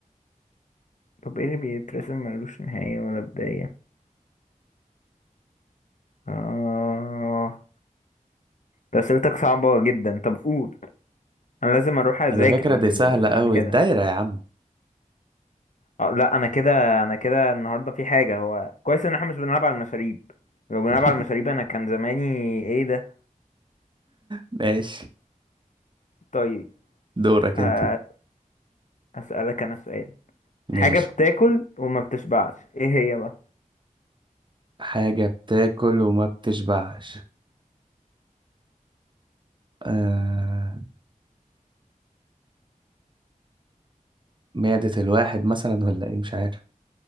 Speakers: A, on the left; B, on the right.
A: طب ايه اللي بيترسم ملوش نهاية ولا بداية اه ده اسئلتك صعبة جدا طب قول انا لازم اروح اذاكر
B: على فكرة دي سهلة
A: بعد
B: قوي
A: كده
B: الدايرة يا عم
A: اه لا انا كده انا كده النهاردة في حاجة هو كويس ان احنا مش بنلعب على المشاريب لو بنلعب
B: <laughs>
A: على المشاريب انا كان زماني ايه ده
B: ماشي
A: طيب
B: دورك
A: ه-
B: انت
A: هسألك انا سؤال حاجة
B: ماشي
A: بتاكل وما بتشبعش ايه هي بقى
B: حاجة بتاكل وما بتشبعش آه... معدة الواحد مثلا ولا ايه مش عارف